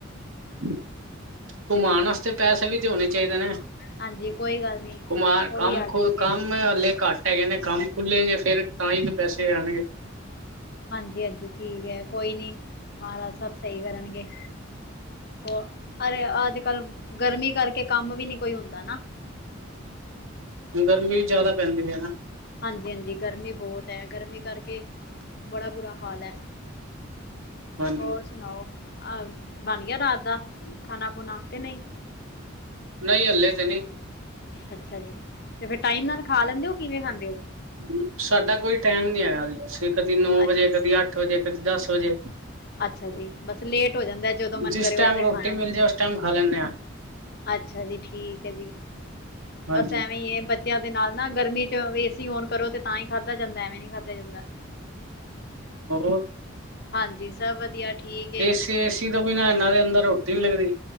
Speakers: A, on the right; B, on the left.
A: <unintelligible> ਪੈਸੇ ਵੀ ਤੇ ਹੋਣੇ ਚਾਈਦੇ ਨੇ,
B: ਹਾਂਜੀ ਕੋਈ ਗੱਲ ਨਹੀਂ
A: ਘਮਾਣ
B: ਉਹ
A: ਕੰਮ
B: ਵੀ ਆ ਜਾਣਗੇ
A: -ਕੰਮ ਹਲੇ ਘੱ ਟ, ਹੈਗੇ ਨੇ, ਕੰਮ ਖੁੱਲੇਂਗੇ ਫੇਰ, ਤਾਂ ਹੀ ਤਾਂ ਪੈਸੇ ਆਣਗੇ।
B: ਹਾਂਜੀ -ਹਾਂਜੀ ਠੀਕ ਐ, ਕੋਈ ਨੀ ਮਹਾਰਾਜ ਸਬ ਸਈ ਕਰਨਗੇ। ਹੋਰ, ਅਰੇ ਅੱਜ- ਕੱਲ ਗਰਮੀ ਕਰਕੇ ਕੰਮ ਵੀ ਨੀ ਕੋਈ ਹੁੰਦਾ ਨਾ।
A: ਗਰਮੀ ਜਾਦਾ ਪੈਂਦੀ ਐ ਨਾ।
B: ਹਾਂਜੀ- ਹਾਂਜੀ, ਗਰਮੀ ਬੌਤ ਐ, ਗਰਮੀ ਕਰਕੇ ਬੜਾ ਬੁਰਾ ਹਾਲ ਐ।
A: ਹਾਂਜੀ
B: ਹੋਰ ਸੁਨਾਓ, ਬਨ ਗਿਆ, ਰਾਤ ਦਾ ਖਾਨਾ- ਖੂਨਾ ਕਿ ਨਈ?
A: ਨਈ ਹਲੇੇ ਤੇ ਨਈਂ।
B: ਅੱਛਾ ਜੀ, ਤੇ ਫਿਰ ਟਾਈਮ ਨਾਲ ਖਾ ਲੈਂਦੇ ਓ, ਕਿਵੇਂ ਖਾਂਦੇ ਓ?
A: <inaudible> ਸਾਡਾ ਕੋਈ ਟਾਈਮ ਨੀ ਹੈਗਾ, ਅਸੀਂ ਕਦੀ ਨੌ
B: ਅੱਛਾ
A: ਵਜੇ, ਕਦੀ ਅੱਠ ਵਜੇ, ਕਦੀ ਦਸ ਵਜੇ।
B: ਅੱਛਾ ਜੀ, ਬਸ ਲੇਟ ਹੋ ਜਾਂਦਾ, ਜਦੋਂ ਮਨ
A: ਜਿਸ
B: ਕਰੇ
A: ਟਾਈਮ
B: ਉਦੋਂ ਹੀ
A: ਰੋਟੀ
B: ਖਾਣਾ।
A: ਮਿਲ ਜਾਏ ਉਸ ਟਾਈਮ ਖਾ ਲੈਂਦੇ ਆਂ।
B: ਅੱਛਾ ਜੀ, ਠੀਕ ਐ ਜੀ,
A: ਹਾਂਜੀ
B: ਬਸ ਐਵੇਂ ਈ ਐ ਬੱ ਦੇ ਨਾਲ ਨਾ ਗਰਮੀ ਚ ਏਸੀ ਔਨ ਕਰੋ ਤੇ ਤਾਂ ਹੀ ਖਾਧਾ ਜਾਂਦਾ, ਐਵੇਂ ਨੀ ਖਾਧਾ ਜਾਂਦਾ।
A: ਹੋਰ?
B: ਹਾਂਜੀ, ਸਬ ਵਧੀਆ। ਠੀਕ ਹੈ
A: ਏਸੀ -ਏਸੀ ਤੋਂ ਬਿਨਾਂ ਇਨਾਂ ਦੇ ਅੰਦਰ ਰੋਟੀ ਨੀ ਲੱਗਦੀ।